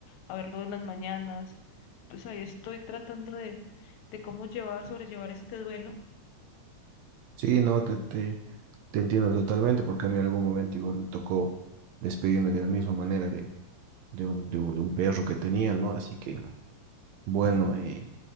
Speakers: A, on the left (about 80°); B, on the right (about 75°).
A: a verlo en las mañanas. Pues ahí estoy tratando de, de cómo llevar, sobrellevar este duelo.
B: Sí, no, te, te, te entiendo totalmente porque a mí en algún momento igual me tocó despedirme de la misma manera de, de un, de un- de un perro que tenía, ¿no? Así que, bueno, eh,